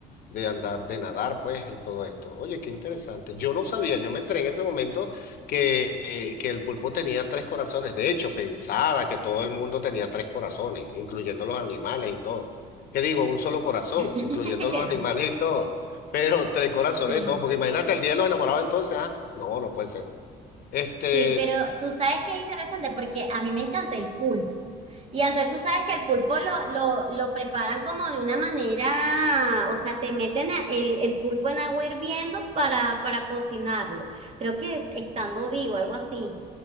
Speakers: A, on the left; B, on the right.
A: de andar, de nadar, pues, y todo esto. Oye, qué interesante. Yo no sabía, yo me enteré en ese momento que, eh, que el pulpo tenía tres corazones. De hecho, pensaba que todo el mundo tenía tres corazones, incluyendo los animales y todo. ¿Qué digo? Un solo corazón,
B: <laughs>
A: incluyendo los animales y todo. Pero tres corazones
B: Sí.
A: no, porque imagínate el día de los enamorados entonces, ah, no, no puede ser. Este,
B: Sí, pero tú sabes que es interesante porque a mí me encanta el pulpo. Y entonces tú sabes que el pulpo lo, lo, lo preparan como de una manera, o sea, te meten a- el, el pulpo en agua hirviendo para, para cocinarlo. Creo que estando vivo, algo así.